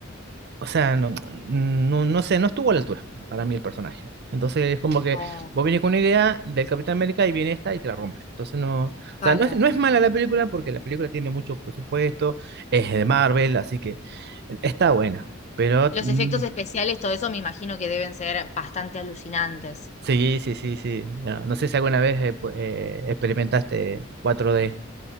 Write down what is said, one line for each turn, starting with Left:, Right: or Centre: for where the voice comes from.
Right: o sea, no, no, no sé, no estuvo a la altura para mí el personaje. Entonces es como que
Left: Oh,
Right: vos vienes con una idea del Capitán América y viene esta y te la rompe. Entonces no, o
Left: claro.
Right: sea, no es, no es mala la película porque la película tiene mucho presupuesto, es de Marvel, así que está buena. Pero
Left: Los
Right: mm,
Left: efectos especiales, todo eso me imagino que deben ser bastante alucinantes.
Right: sí, sí, sí, sí. No, no sé si alguna vez eh, pu- eh, experimentaste 4D.